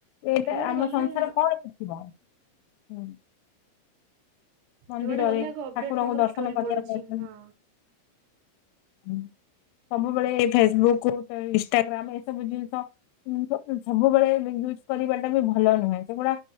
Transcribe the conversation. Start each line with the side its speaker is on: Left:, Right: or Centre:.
Left: ଏଇଟା
Right: ଯୁଆଡେ
Left: ଆମ
Right: ଗଲେ
Left: ସଂସାର
Right: ହଁ
Left: କଣ ଶିଖିବ। ହୁଁ ମନ୍ଦିରରେ
Right: ଯୁଆଡେ ଗଲେ ଆଗ ଅପଡେଟ
Left: ଠାକୁରଙ୍କୁ
Right: ତାଙ୍କର
Left: ଦର୍ଶନ
Right: ଷ୍ଟୋରି
Left: କରିବାକୁ
Right: ପଡୁଛି
Left: ଯାଉଛନ୍ତି।
Right: ହଁ।
Left: ସବୁବେଳେ ଫେସବୁକ୍, ଇନଷ୍ଟାଗ୍ରାମ ଏସବୁ ଜିନିଷ ସବୁବେଳେ ବି ୟୁଜ କରିବାଟା ବି ଭଲ ନୁହେଁ। ସେଗୁଡା